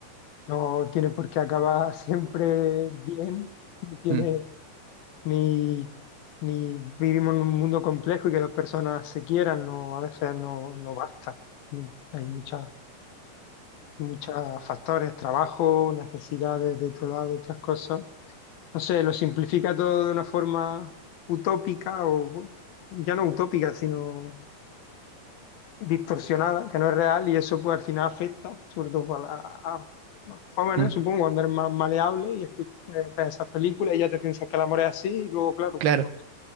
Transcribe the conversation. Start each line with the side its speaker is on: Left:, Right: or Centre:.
Left: No tiene por qué acabar <laughs> siempre bien, ni tiene
Right: Mm,
Left: ni, ni vivimos en un mundo complejo y que dos personas se quieran, no, a veces no, no basta. Ni- Hay muchas, muchos factores, trabajo, necesidades de otro lado, otras cosas. No sé, lo simplifica todo de una forma utópica o ya no utópica, sino distorsionada, que no es real y eso pues al final afecta, sobre todo para a- a jóvenes,
Right: mm,
Left: supongo, cuando eres más maleable y escuchas, ves esas películas y ya te piensas que el amor es así y luego, claro,
Right: claro.
Left: cuando